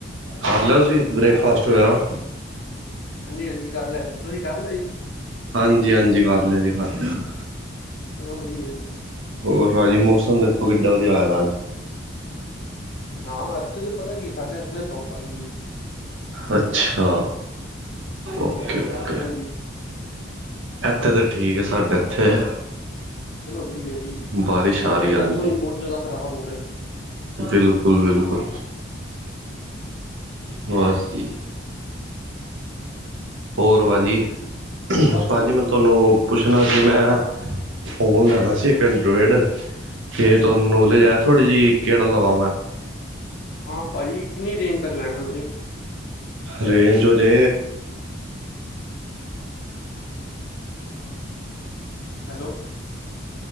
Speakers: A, on the right; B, on the left.
A: ਕਰ ਲਿਆ ਤੁਸੀਂ ਬ੍ਰੇਕਫਾਸਟ, ਵਗੈਰਾ
B: ਹਾਂਜੀ ਹਾਂਜੀ ਕਰ ਲਿਆ, ਤੁਸੀਂ ਕਰ ਲਿਆ ਜੀ?
A: ਹਾਂਜੀ ਹਾਂਜੀ, ਕਰ ਲਿਆ ਜੀ, ਕਰ ਲਿਆ
B: ਚਲੋ ਵਧੀਆ ਏ
A: ਹੋਰ ਭਾਅ ਜੀ, ਮੌਸਮ ਦੇਖੋ ਕਿੱਡਾ ਵਧੀਆ ਹੋਇਆ, ਅੱਜ
B: ਨਾ ਇਥੇ ਪਤਾ ਕੀ, ਸਾਡੇ ਏਥੇ ਧੁੱਪ ਆਈ ਦੀ ਏ
A: ਅੱਛਾ, ਓਕੇ ਓਕੇ।
B: ਹਾਂਜੀ
A: ਇੱਥੇ ਤੇ ਠੀਕ, ਹੈ, ਸਾਡੇ ਇੱਥੇ
B: ਚਲੋ, ਵਧੀਆ ਜੀ,
A: ਬਾਰਿਸ਼ ਆ
B: ਅੱਜ
A: ਰਹੀ
B: ਕੱਲ੍ਹ
A: ਹਾਂਜੀ
B: ਮੌਸਮ ਵੀ ਬਹੁਤ ਜ਼ਿਆਦਾ ਖ਼ਰਾਬ ਹੋ, ਰਿਹਾ
A: ਬਿਲਕੁਲ ਬਿਲਕੁਲ। ਬਸ ਜੀ। ਹੋਰ ਭਾਅ ਜੀ,
B: ਬਸ
A: ਭਾਅ
B: ਵਧੀਆ,
A: ਜੀ ਮੈਂ ਤੁਹਾਨੂੰ? ਪੁੱਛਣਾ ਸੀ ਮੈਂ, ਫੋਨ ਲੈਣਾ ਸੀ, ਇੱਕ ਐੰਡਰੋਏਡ। ਫੇਰ
B: ਅੱਛਾ
A: ਤੁਆਨੂੰ
B: ਅੱਛਾ।
A: ਨੌਲੇਜ ਏ ਥੋੜੀ ਜਿਈ, ਕੇਅੜਾ ਲਵਾਂ ਮੈਂ?
B: ਹਾਂ ਪਾਜੀ, ਕਿੰਨੀ ਰੇਂਜ ਤੱਕ ਲੈਣਾ ਤੁਸੀਂ?
A: ਰੇਂਜ ਹੋਜੇ
B: ਹੈਲੋ।